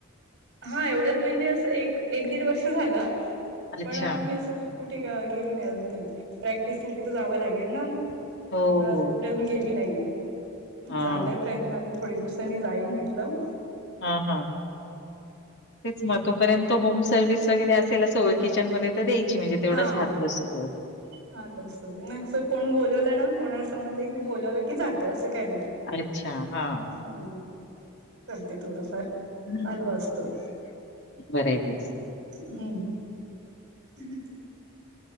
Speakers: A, on the right (about 55°); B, on the left (about 55°).
A: हा एवढ्यात म्हणजे असं एक एक दीड वर्ष झालं.
B: अच्छा.
A: पण मी असं कुठे अ गेली नाही अजून ते प्रॅक्टिस साठी तर जावं लागेल ना. त्याच्यामुळे
B: हो,
A: असं
B: हो.
A: कुठे अजून गेली नाहीये
B: हां.
A: चालाय प्रयत थोडे दिवसांनी जाईन म्हटलं.
B: हा हा तेच म तोपर्यंत होम सर्विस वगैरे असेल असं किचनमध्ये तर द्यायची म्हणजे तेवढाच
A: हा
B: हात बसतो.
A: हा बसतो. नाही असं कोण बोलवलं ना, कोणाला समजलं की बोलावलं की जाते असं काही नाही.
B: अच्छा हा.
A: हम्म. करते थोडंफार
B: हम्म.
A: चालू असतं.
B: बरं आहे तेच.
A: हम्म. हुं. हुं.